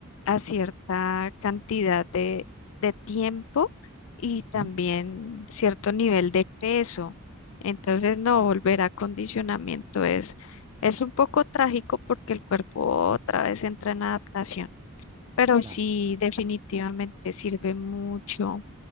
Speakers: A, on the left; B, on the right.
A: a cierta cantidad de, de tiempo y también
B: uh -huh.
A: cierto nivel de peso, entonces
B: Claro,
A: no
B: claro,
A: volver
B: ajá.
A: a condicionamiento es, es un poco trágico porque el cuerpo otra vez entra en adaptación. Pero
B: claro,
A: sí,
B: claro,
A: definitivamente sirve mucho